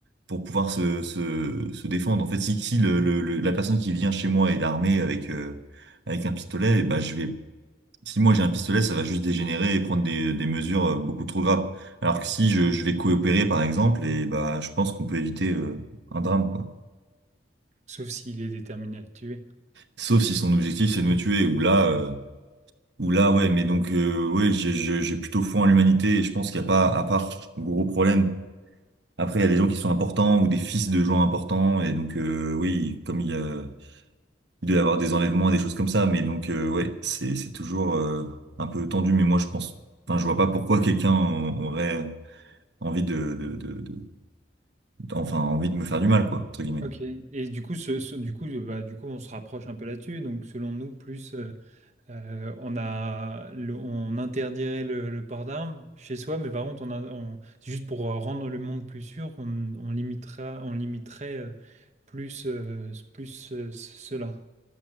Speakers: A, on the right (about 65°); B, on the right (about 40°).
A: pour pouvoir se, se, se défendre. En fait, si, si le, le- le- la personne qui vient chez moi est armée avec, euh, avec un pistolet, eh ben, je vais, si moi j'ai un pistolet, ça va juste dégénérer et prendre des, des mesures euh, beaucoup trop graves. Alors que si je, je vais coopérer, par exemple, et bah, je pense qu'on peut éviter euh, un drame, quoi.
B: sauf s'il est déterminé à te tuer.
A: Sauf si son objectif, c'est de me tuer, ou là, euh, ou là, ouais, mais donc, euh, ouais, j'ai j'ai- j'ai plutôt foi en l'humanité et je pense qu'il n'y a pas, à part gros problème. Après, il y a des gens qui sont importants ou des fils de gens importants. Et donc, euh, oui, comme il y a, il doit y avoir des enlèvements et des choses comme ça. Mais donc, euh, ouais, c'est, c'est toujours euh, un peu tendu. Mais moi, je pense, enfin, je vois pas pourquoi quelqu'un aurait envie de, de, de, de- enfin, envie de me faire du mal, quoi, entre guillemets.
B: Ok. Et du coup, ce, ce- du coup, euh, bah, du coup, on se rapproche un peu là-dessus. Donc, selon nous, plus euh, euh, on a, le- on interdirait le, le port d'armes chez soi, mais par contre, on a- on- c'est juste pour euh, rendre le monde plus sûr, on, on limitera, on limiterait euh, plus, euh, plus euh, cela.